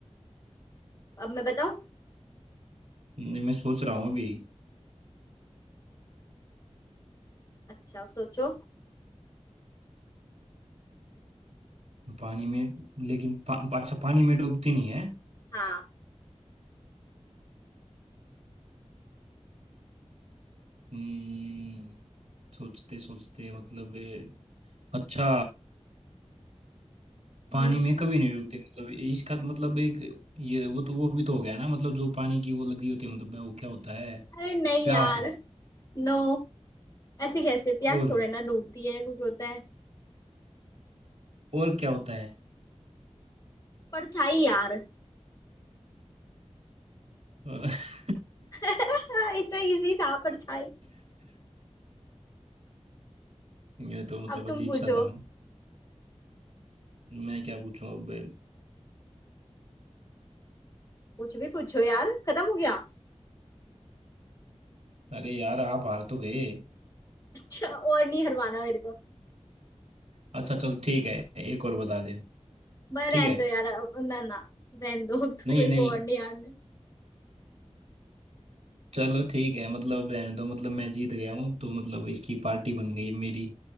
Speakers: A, on the left; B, on the right.
A: अब मैं बताऊं
B: नहीं, मैं सोच रहा हूँ अभी
A: अच्छा सोचो
B: पानी में लेकिन पा, अच्छा पानी में डूबती नहीं है
A: हाँ
B: हम्म, सोचते सोचते मतलब ए, अच्छा पानी
A: हम्म
B: में कभी नहीं डूबते मतलब इसका तो मतलब एक ये वो तो वो भी तो हो गया ना मतलब जो पानी की वो लगी होती है मतलब वो क्या होता है
A: अरे नहीं
B: प्यास
A: यार नो ऐसे कैसे प्यास
B: और
A: थोड़े ना डूबती है कुछ होता है
B: और क्या होता है
A: परछाई यार
B: <laughs>
A: <laughs> इतना इजी था परछाई
B: ये तो मतलब
A: अब तुम
B: अजीब
A: पूछो
B: सा था मैं क्या पूछूं अब
A: कुछ भी पूछो यार खत्म हो गया
B: अरे यार आप हार तो गए
A: अच्छा और नहीं हरवाना मेरे को
B: अच्छा चल ठीक है एक और बता दे
A: मैं रहने
B: ठीक है
A: दो यार अब- ना ना रहने दो <laughs> अब तो
B: नहीं
A: मेरे
B: नहीं
A: को और नहीं हारना है।
B: चलो ठीक है मतलब रहने दो मतलब मैं जीत गया हूँ तो मतलब इसकी पार्टी बन गई मेरी